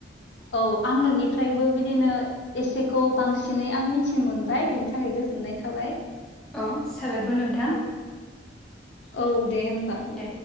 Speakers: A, on the left; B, in the centre.
A: औ आं नोंनिफ्रायबो बिदिनो एसेखौ बांसिनै आं मिथिनो मोनबाय बिनि थाखाय गोजोननाय थाबाय।
B: औ। साबायखर नोंथां।
A: औ औ। दे होमबा।
B: दे